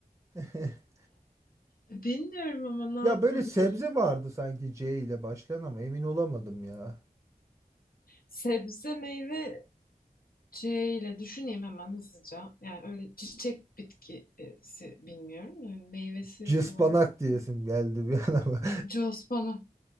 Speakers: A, on the right; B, on the left.
A: <laughs>
B: Bilmiyorum ama
A: Ya
B: ne yapabilirim?
A: böyle sebze vardı sanki C ile başlayan ama emin olamadım ya.
B: Sebze, meyve C ile düşüneyim hemen hızlıca. Yani öyle çiçek bitkisi bilmiyorum. da, hani meyvesi
A: Cıspanak
B: falan bakın.
A: diyesim geldi bir an ama.
B: Cospana.